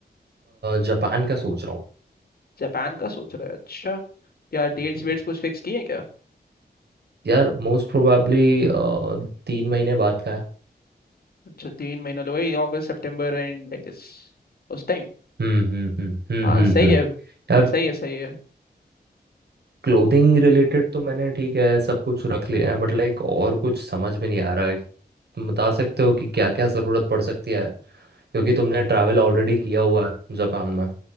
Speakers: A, on the right (about 75°); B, on the left (about 65°).
A: जापान का सोच रहा
B: जापान का सोच रहा है अच्छा क्या डेट्स
A: हूँ
B: वेट्स कुछ फिक्स किए हैं क्या
A: यार मोस्ट प्रोबेबली तीन महीने बाद का है
B: अच्छा तीन महीने लगे वही अगस्त सितंबर एंड आई गेस उस टाइम
A: हम्म हम्म हम्म हम्म
B: हाँ
A: हम्म
B: सही
A: हम्म।
B: है
A: यार
B: सही है सही है
A: क्लोथिंग रिलेटेड तो मैंने ठीक है सब कुछ रख लिया है बट लाइक और कुछ समझ में नहीं आ रहा है तुम बता सकते हो कि क्या क्या ज़रूरत पड़ सकती है क्योंकि तुमने ट्रैवल ऑलरेडी किया हुआ है जापान में